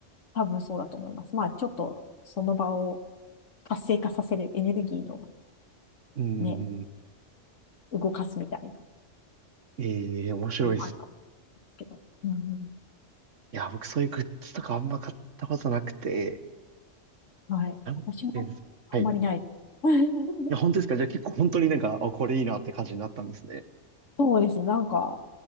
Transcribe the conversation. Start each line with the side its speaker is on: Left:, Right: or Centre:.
Left: 多分そうだと思います。まあ、ちょっとその場を活性化させるエネルギーの
Right: うー
Left: ね、
Right: ん。
Left: 動かすみたいな
Right: えー、面白いです。
Left: のもあるかもですけど。うんうん。
Right: いや、僕そういうグッズとかあんま買ったことなくて、
Left: はい。
Right: なんていうんですか。
Left: 私もあんまりない。
Right: はい。い
Left: <laughs>
Right: や、本当ですかじゃあ結構本当になんか、あ、これいいなって感じになったんですね。
Left: そうですね。なんか、